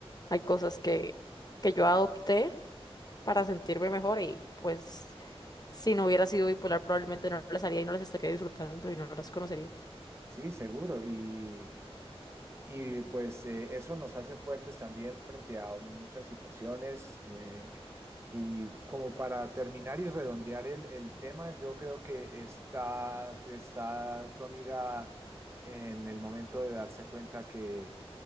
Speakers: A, on the left (about 40°); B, on the right (about 25°).
A: Hay cosas que, que yo adopté para sentirme mejor y pues si no hubiera sido bipolar probablemente no las haría y no las estaría disfrutando y no las conocería.
B: sí, seguro. Y, y pues eh, eso nos hace fuertes también frente a muchas situaciones. Eh, Y como para terminar y redondear el, el tema, yo creo que está, está tu amiga en el momento de darse cuenta que,